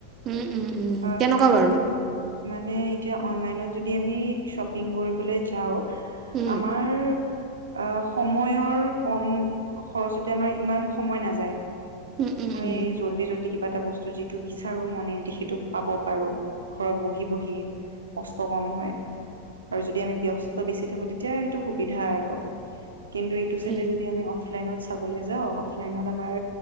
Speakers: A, on the right; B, on the right.
A: উম, উম, উম।
B: অ',
A: কেনেকুৱা
B: কাৰণ
A: বাৰু
B: মানে এতিয়া অনলাইনত যদি আমি শ্বপিং কৰিবলৈ যাওঁ
A: উম
B: আমাৰ আহ সময়ৰ কম খৰচতে, আমাৰ ইমান সময় নাযায়।
A: উম উম
B: আমি
A: উম
B: জল্দি জল্দি কিবা এটা বস্তু যিটো বিচাৰো মনে দি, সেইটো পাব পাৰো। ঘৰত বহি বহিয়ে, কষ্ট কম হয়। আৰু যদি আমি ব্যস্ত বেছি থাকো, তেতিয়া সেইটো সুবিধা আৰু কিন্তু ইতো চাইডে
A: সেই
B: যদি আমি অফলাইনত চাবলৈ যাওঁ, অফলাইনত আমাৰ